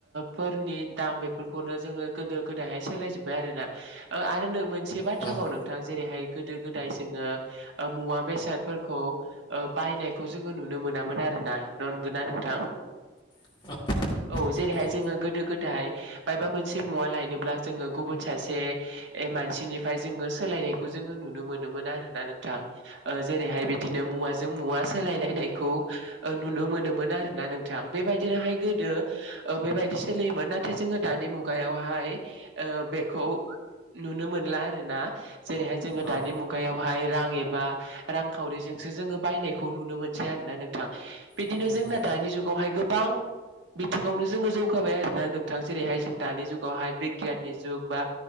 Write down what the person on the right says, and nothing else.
फोरनि दाम बेफोरखौनो जोङो गोदो गोदायहाय सोलायजोबबाय आरो ना। आरो मोनसे बाथ्रााव
नों थां जेरैहाय गोदो गोदाय जोङो मुवा बेसादफोरखौ बायनायखौ जोङो नु नुनो मोनामोन आरो ना नंगौना नोंथां?
औ जेरैहाय
जोङो गोदो गोदाय बायबा मोनसे मुवा लायनोब्ला जोङो गुबुन सासे मानसिनिफ्राय जोङो सोलायनायखौ जोङो नुनो मोनोमोन आरो ना नोंथां जेरैहाय बिदिनो मुवाजों मुवा सोलायलायनायखौ नुनो मोनोमोन आरोना नोंथां बेबायदिनोहाय गोदो ओ बेबायदि सोलियोमोन नाथाय जोङो दानि मुगायावहाय ओ बेखौ नुनो मोनला आरो ना जेरैहाय जोङो
दानि मुगायावहाय रां एबा रांखावरिजोंसो जोङो बायनायखौ नुनो मोनसै आरोना नोंथां। बिदिनो
जोंना दानि जुगावहाय गोबां बिथिङावनो जोङो जौगाबाय आरोना नोंथां। बे जेरैहाय जों दानि जुावहाय बिगियाननि जुग बा